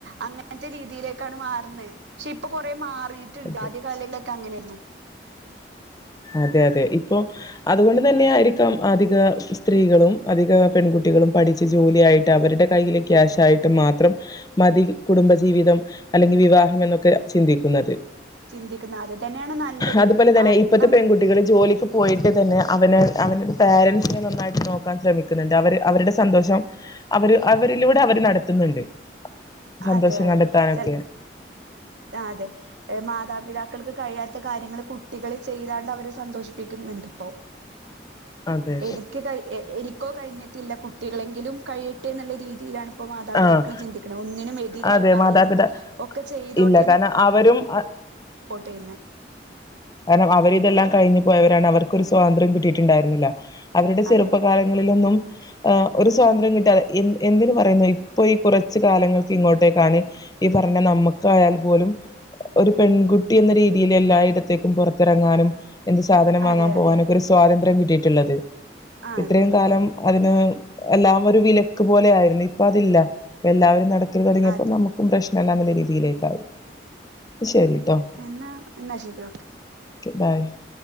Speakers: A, on the right; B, on the left.
A: അങ്ങൻത്തെ രീതിയിലേക്കാണ് മാറുന്നെ ക്ഷെ ഇപ്പൊ കൊറേ മാ റീറ്റ്ണ്ട്
B: അതെ
A: ആദ്യ കാലങ്ങളൊക്കെങ്ങനെരുന്നു
B: അതെ അതെ ഇപ്പൊ അതുകൊണ്ട് തന്നെ ആയിരിക്കാം അധിക സ്ത്രീകളും അധിക പെൺകുട്ടികളും പഠിച്ച് ജോലിയായിട്ട് അവരുടെ കയ്ല് ക്യാഷയിട്ട് മാത്രം മതി കുടുംബജീവിതം അല്ലെങ്കിൽ വിവാ അങ്ങന്നൊക്കെ ചിന്തിക്കുന്നത്
A: ചിന്തിക്കുന്നത് അത് തന്നെയാണ് നല്ലത്
B: അതുപോലെ തന്നെ
A: ആ
B: ഇ
A: നമുക്ക്
B: കുട്ടികള് ജോലിക്ക് പോയിട്ട് തന്നെ അവന് അവനൊരു പേരൻസിനെ നന്നായിട്ട് നോക്കാൻ ശ്രമി ക്കുന്നുണ്ട് അവര് അവരുടെ സന്തോഷം അവര് അവരിലൂടെ അവര് നടത്തുന്നുണ്ട് സന്തോഷം
A: അതെ അതെ
B: കണ്ടെത്താനൊക്കെ
A: ചെ ആഹ് അതെ മാതാപിതാക്കൾക്ക് കഴിയാത്ത കാര്യങ്ങൾ കുട്ടികള് ചെയ്താട്ട് അവരെ സന്തോഷി പ്പിക്ക്ന്ന്ണ്ട് പ്പോ
B: അതെ
A: എനിക്ക് കൈ എ എനിക്കോ കഴിഞ്ഞിട്ടില്ല കുട്ടികളെങ്കിലും കഴിയട്ടെ ന്നുള്ള രീ തിയിലാണ് ഇപ്പോ മാതാപിതാക്കൾ
B: ആഹ്
A: ചിന്തിക്കുണെ ഒന്നിനും എതിരായി
B: അതെ
A: പറയുന്നില്ല
B: മാതാപിതാ
A: ഒക്കെ ചെയ്തോ
B: ഇല്ല കാരണം അവരും അഹ്
A: ചെയ്യുന്നത്
B: കാരണം അവരിതെല്ലാം ക കഴിഞ്ഞു പോയവരാണ് അവർക്കൊരു സ്വാതന്ത്ര്യം കിട്ടിയിട്ടുണ്ടായിരുന്നില്ല അവരുടെ ചെറുപ്പകാലങ്ങളിലൊന്നും
A: അതെ
B: ആഹ് ഒരു സ്വാതന്ത്ര്യം കിട്ടിയാ എ എന്തിന് പറയുന്നു ഇപ്പൊ ഈ കുറച്ച് കാലങ്ങൾക്ക് ഇങ്ങോട്ടേക്കാണ് ഈ പറഞ്ഞ നമ്മുക്കായാൽ പോലും ഒരു പെൺകുട്ടി എന്ന രീതിയിയില് എല്ലായിടത്തേക്കും പുറത്തിറങ്ങാനും എന്ത് സാധനം വാങ്ങാൻ
A: അതെ
B: പോവാനൊക്കെ
A: അതെ
B: ഒരു സ്വാതന്ത്ര്യം കിട്ടിയിട്ടുള്ളത്
A: അതെ
B: ഇത്രയും കാലം അതിന് എല്ലാം ഒരു വിലക്ക് പോലെ ആയിരുന്നു ഇപ്പൊ അതില്ല എല്ലാവരും നടക്കൽ തുടങ്ങിയപ്പോ
A: അതെ
B: നമുക്കും പ്രശ് രണ്ടാമത് രീതിയിലേക്കായി ശരിട്ടോ
A: എന്നാ എന്നാ ശരി ഓക്കെ
B: <unintelligible>